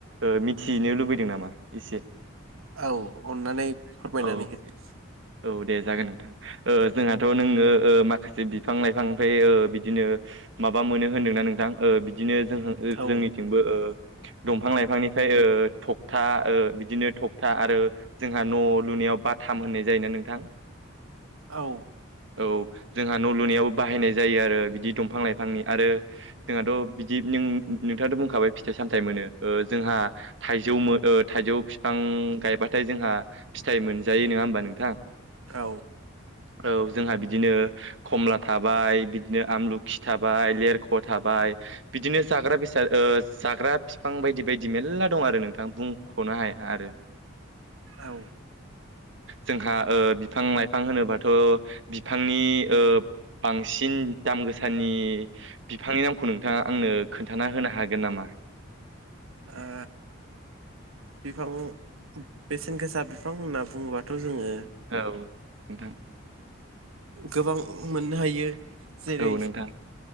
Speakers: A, on the right (about 60°); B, on the right (about 85°).
A: ओ मिथिनो लुबैदों नामा एसे?
B: औ अननानै फोरमायनानै
A: औ
B: होदो।
A: औ दे जागोन नोंथां। ओ जोंहाथ' नोङो ओ माखासे बिफां लाइफांनिफ्राय ओ बिदिनो माबा मोनो होनदोंना नोंथां ओ बिदिनो जों
B: औ
A: जोंनिथिंबो ओ दंफां लाइफांनिफ्राय ओ थखथा ओ बिदिनो थखथा आरो जोंहा न' लुनायाव बाथाम होननाय जायो ना नोंथां
B: औ
A: औ जोंहा न' लुनायावो बाहायनाय जायो आरो बिदि दंफां लाइफांनि आरो जोंहाथ' बिदि नों नोंथांआथ' बुंखाबाय फिथाइ सामथाइ मोनो ओ जोंहा थाइजौ मो- ओ थाइजौ बिफां गायबाथाय जोंहा फिथाइ मोनजायो नङा होमबा नों
B: औ।
A: औ जोंहा बिदिनो खमला थाबाय बिदिनो आमलुखि थाबाय लेरख' थाबाय। -खाय बिदिनो जाग्रा बेसाद जाग्रा बिफां बायदि बायदि मेरला दं आरो नोंथां बुंख'नो हा हाय आर
B: औ।
A: जोंहा ओ बिफां लाइफां होनोबाथ' बिफांनि ओ बांसिन दाम गोसानि बिफांनि नामखौ नोंथाङा आंनो खोन्थाना होनो हागोन नामा?
B: ओ बिफां बेसेन गोसा बिफां होनना बुङोबाथ' जोङो
A: औ नोंथां।
B: गोबां मोननो हायो। जेरै
A: औ नोंथां।